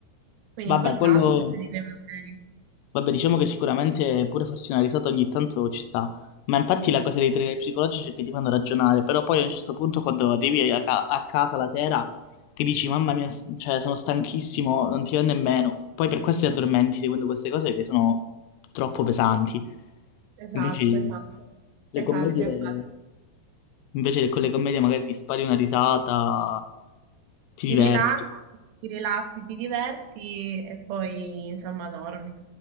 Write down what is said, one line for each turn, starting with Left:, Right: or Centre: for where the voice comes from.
Right: Quindi
Left: Vabbè,
Right: in quel
Left: quello...
Right: caso preferirei una serie.
Left: Vabbè, diciamo che sicuramente pure farsi una risata ogni tanto ci sta. Ma infatti la cosa dei thriller psicologici è che ti fanno ragionare. Però poi a un certo punto, quando arrivi a, ca- a casa la sera, ti dici, mamma mia, s- cioè, sono stanchissimo, non ti va nemmeno. Poi per questo ti addormenti seguendo queste cose che sono troppo pesanti.
Right: Esatto,
Left: Invece
Right: esatto,
Left: le
Right: esatto,
Left: commedie...
Right: infatti.
Left: Invece che con le commedie magari ti spari una risata, ti
Right: Ti
Left: diverti.
Right: rilassi, ti rilassi, ti diverti e poi insomma dormi.